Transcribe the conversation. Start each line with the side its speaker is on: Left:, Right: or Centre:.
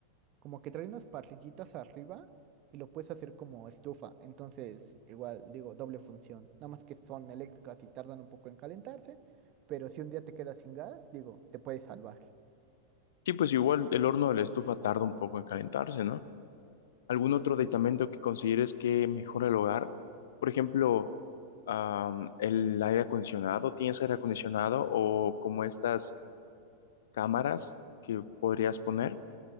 Right: como que trae unas parrillitas arriba y lo puedes hacer como estufa. Entonces, igual, digo, doble función. Nada más que son eléctricas y tardan un poco en calentarse, pero si un día te quedas sin gas, digo, te puedes salvar.
Left: Sí, pues igual el horno de la estufa tarda un poco en calentarse, ¿no? ¿Algún otro aditamento que consideres que mejora el hogar? Por ejemplo, am, el aire acondicionado, ¿tienes aire acondicionado o como estas cámaras que podrías poner?